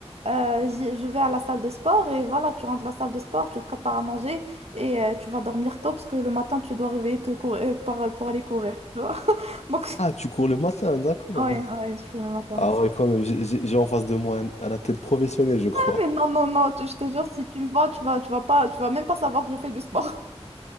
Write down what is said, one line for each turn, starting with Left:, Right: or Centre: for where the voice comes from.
Right: euh, j'y- je vais à la salle de sport et voilà, tu rentres de la salle de sport, tu te prépares à manger et euh, tu vas dormir tôt parce que le matin, tu dois réveiller te courir, pour, pour aller courir, tu vois. <laughs> Donc,
Left: Ah, tu cours le matin, d'accord.
Right: ouais, ouais, je fais le matin.
Left: Ah ouais, quand même, j'ai j'ai- j'ai en face de moi un, un athlète professionnel, je crois.
Right: Ah, Mais non, non, non, tu- je te jure, si tu me vois, tu vas, tu vas pas, tu vas même pas savoir que je fais du sport.